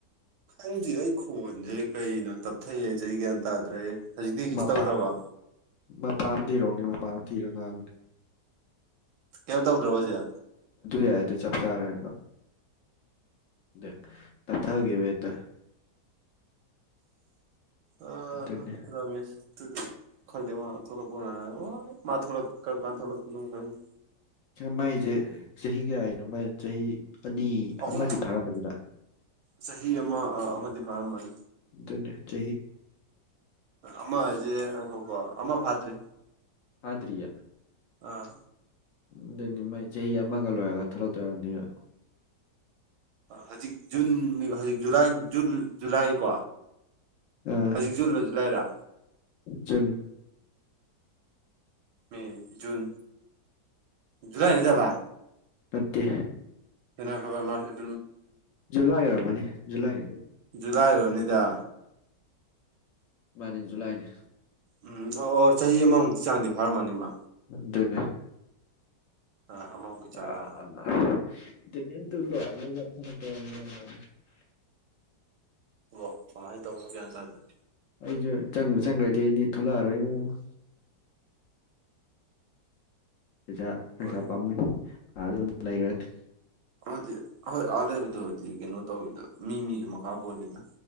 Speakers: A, on the right (about 80°); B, on the left (about 75°).
A: ꯈꯪꯗꯤ ꯑꯩ ꯈꯣꯟꯁꯦ ꯀꯩꯩꯅꯣ ꯇꯞꯊꯩ ꯑꯩ ꯒ꯭ꯌꯥꯟ ꯇꯥꯗ꯭ꯔꯦ ꯍꯧꯖꯤꯛꯇꯤ ꯀꯩꯁꯨ
B: ꯃꯄꯥ
A: ꯇꯧꯗ꯭ꯔꯕ
B: ꯃꯄꯥ ꯔꯣꯅ ꯃꯄꯥꯝ ꯊꯤꯔꯒꯅꯤ
A: ꯀꯝ ꯇꯧꯗ꯭ꯔꯣꯕꯖꯤꯦ
B: ꯌꯥꯏ ꯑꯗꯨ ꯆꯞ ꯆꯥꯔꯦꯗꯣ ꯑ ꯇꯞꯊꯈꯤꯕ
A: ꯑ
B: ꯍꯦꯛꯇ
A: ꯑ
B: ꯑꯗꯨꯅꯦ
A: ꯔꯃꯦꯁ ꯈꯪꯗꯦ ꯃꯥ ꯊꯣꯛꯂꯛ ꯃꯥ ꯊꯣꯛꯂꯛ ꯀꯔ ꯀꯥꯟ ꯊꯂꯛ ꯀ ꯈꯪꯗꯦ
B: ꯃꯥꯏꯁꯦ ꯆꯍꯤ ꯀꯌꯥꯒꯤꯅꯣ ꯃꯥꯏ ꯆꯍꯤ ꯑꯅꯤ
A: ꯑꯍꯨꯝ
B: ꯑꯃꯗꯤ ꯐꯥꯔꯝꯕꯅꯤꯅ
A: ꯆꯍꯤ ꯑꯃ ꯑꯃꯗꯤ ꯐꯥꯔꯝꯃꯅꯤ
B: ꯗꯅꯦ ꯆ
A: ꯑꯃꯁꯦ ꯈꯣꯀꯣ ꯑꯃ ꯐꯥꯠꯇ꯭ꯔꯤ
B: ꯑꯗ꯭ꯔꯌꯥ
A: ꯑꯥ
B: ꯑꯗꯨꯅꯤ ꯃ ꯆꯍꯤ ꯑꯃꯒ ꯂꯣꯏꯔꯒ ꯊꯂꯛꯇꯣꯏꯝꯅꯤꯕ
A: ꯍꯧꯖꯤꯛ ꯖꯨꯟ ꯅꯤ ꯍꯧꯖꯤꯛ ꯖꯨꯂꯥꯏ ꯖꯨꯟ ꯖꯨꯂꯥꯏ ꯀꯣ
B: ꯑ
A: ꯍꯧꯖꯤꯛ ꯖꯨꯟꯂ ꯖꯨꯂꯥꯏ ꯔ
B: ꯖꯨꯟ
A: ꯃꯦ ꯖꯨꯟ ꯖꯨꯂꯥꯏ ꯅꯠꯇꯕꯥ
B: ꯅꯠꯇ‌ꯦ
A: ꯍ‌ꯣꯏ ꯍ‌ꯣꯏ ꯃꯥ
B: ꯖꯨꯂꯥꯏ ꯑꯣꯏꯔꯝꯃꯅꯤ ꯖꯨꯂꯥꯏꯅꯤ
A: ꯖꯨꯂꯥꯏ ꯑ‌ꯣꯏꯔꯝꯅꯤꯗ
B: ꯃꯥꯅꯤ ꯖꯨꯂꯥꯏꯅꯦ
A: ꯎꯝ ꯑꯣ ꯑꯣ ꯆꯍꯤ ꯑꯃꯃꯨꯛꯀꯤ ꯆꯥꯡꯗꯤ ꯐꯥꯔꯝꯃꯅꯤ ꯃꯥ
B: ꯑꯗꯨꯅꯦ
A: ꯑꯥ ꯑꯃꯃꯨꯛꯀꯤ ꯆꯥꯡ
B: ꯑ <unintelligible>
A: ꯃꯥ
B: <inaudible> <inaudible>
A: ꯋ‌ꯣ ꯀꯃꯥꯏꯅ ꯇꯧꯕꯅꯣ ꯒ꯭ꯌꯥꯟ ꯇꯥꯗ‌ꯦ
B: ꯑꯩꯁꯨ ꯆꯪꯕꯨ ꯆꯪꯈ꯭ꯔꯗꯤ ꯅꯤ ꯊꯣꯛꯂꯛꯑꯔꯣꯏ ꯏꯕꯨꯨꯡꯉ‌ꯣ ꯄꯩꯁꯥ ꯄꯩꯁꯥ
A: ꯍꯣꯏ
B: ꯄꯥꯝꯃꯨꯏ ꯑꯥꯗ ꯑꯗꯨꯝ ꯂꯩꯈ꯭ꯔꯅ
A: ꯑꯗꯨꯗꯤ ꯍꯣꯏ ꯑꯥ ꯂꯩꯕꯗꯨꯗꯤ ꯀꯩꯅꯣ ꯇꯧꯋꯤꯗ ꯃꯤ ꯃꯤꯒꯤ ꯃꯈꯥ ꯄꯣꯜꯂꯤꯗ